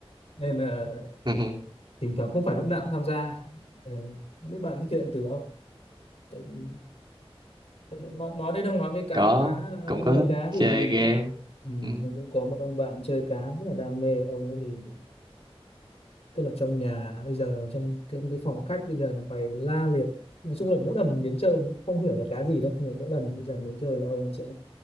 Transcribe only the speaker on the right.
<laughs>
có
cũng có
thích
chơi
game
ừ.